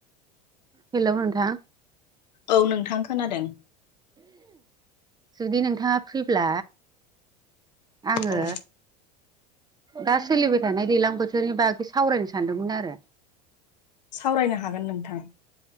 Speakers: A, on the right; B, on the left.
A: हेलौ नोंथां।
B: औ नोंथां खोनादों।
A: जुदि नोंथाङा फ्रिब्ला आङो
B: औ
A: दा सोलिबाय थानाय दैज्लां बोथोरनि बागै सावरायनो सानदोंमोन आरो।
B: सावरायनो हागोन नोंथां।